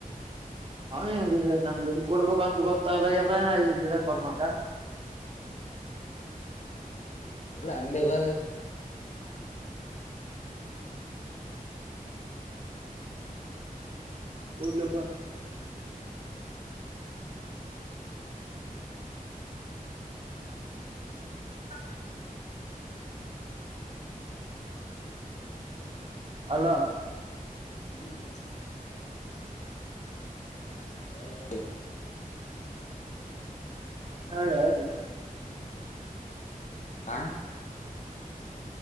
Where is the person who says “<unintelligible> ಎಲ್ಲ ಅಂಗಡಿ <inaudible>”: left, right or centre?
Left